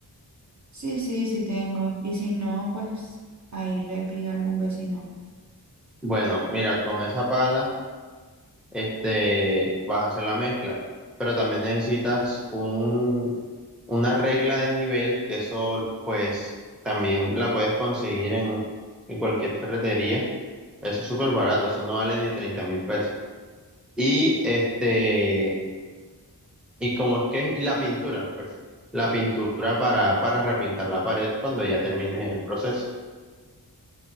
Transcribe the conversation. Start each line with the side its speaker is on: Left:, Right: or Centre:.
Right: Sí, sí, sí tengo. Y si no, pues ahí le pido a algún vecino.
Centre: Bueno, mira, con esa pala este, vas a hacer la mezcla, pero también necesitas un, una regla de nivel, que eso pues también la puedes conseguir en, en cualquier ferretería. Eso es súper barato, eso no vale ni treinta mil pesos. Y este, y como es que y la pintura, pues, la pintura para, para repintar la pared cuando ya termines el proceso.